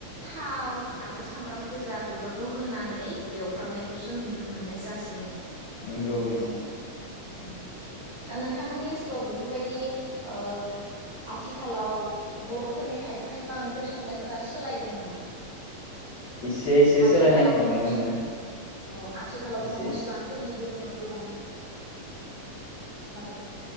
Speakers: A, on the right; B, on the left.
A: थाव आरो सामब्राम गोजा बेफोरखौ होनानै एवफ्राननायखौसो नुनो मोननाय जासै आरो
B: नंगौ नोंथां
A: उम दा नोंथांमोननि ओनसोलाव बेफोर बेबायदि ओ आथिखालाव बर'फोरनि खायफा खायफा ओंख्रि संनायफोरा सोलायदों नामा?
B: एसे एसे
A: आथिखालावथ'
B: सोलायनायखौ नुनो
A: मस
B: मोनो
A: अ आथिखालावथ'
B: एसे
A: मस्लाफोरनि
B: एसे
A: गो समा गोबां जादों